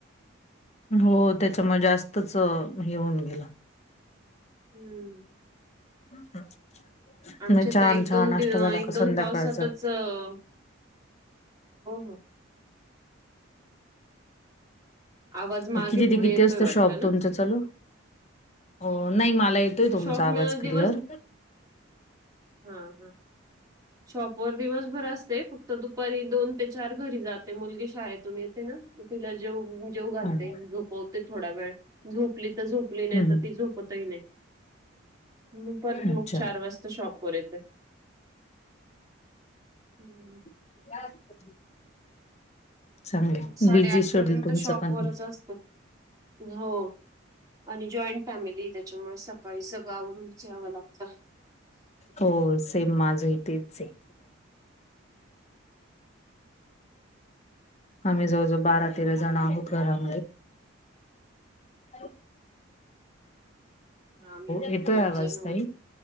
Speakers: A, on the left; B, on the right.
A: हो त्याच्यामुळे जास्तच हे हेऊन गेलं.
B: हू!
A: <inaudible>
B: आमचे
A: नाही छान
B: त एक दोन
A: छान नाश्ता
B: दिव
A: झाला
B: एक
A: का
B: दोन
A: संध्याकाळचा
B: पावसातच हो हो! आवाज
A: मं
B: मागे
A: किती
B: पुढे
A: ते कितं
B: येतोय
A: असत
B: वाटतं
A: शॉप
B: ना
A: तुमचं चालू? हो नाही माला येतोय तुमचा
B: शॉप मिळून
A: आवाज
B: दिवस
A: क्लिअर.
B: हा हा शॉपवर दिवसभर असते फक्त दुपारी दोन ते चार घरी जाते मुलगी शाळेतून येते ना, तिला जेवू-जेवू घालते
A: हम्म.
B: नं झोपवते थोडा वेळ. झोपली त झोपली नाही
A: हम्म.
B: त ती झोपतही नाही. हू परत
A: अच्छा
B: मग चार वाजता शॉपवर येत. हू!
A: <unintelligible> चांगले
B: मं साडेआठ
A: बिझी शेड्यूल
B: पर्यंत
A: तुमचं
B: शॉप
A: पण
B: वरच अस ते हो आणि जॉईंट फॅमिली ये त्याच्यामुळे सकाळी सगळं आवरून च यावं लागत.
A: हो सेम माझं ही य तेच हे. आम्ही जवळ जवळ बारा तेरा
B: हम्म,
A: जण आहोत घरामध्ये. हॅलो!
B: आम्हीन
A: येतोय
B: नऊजण
A: आवाज
B: आहोत
A: ताई?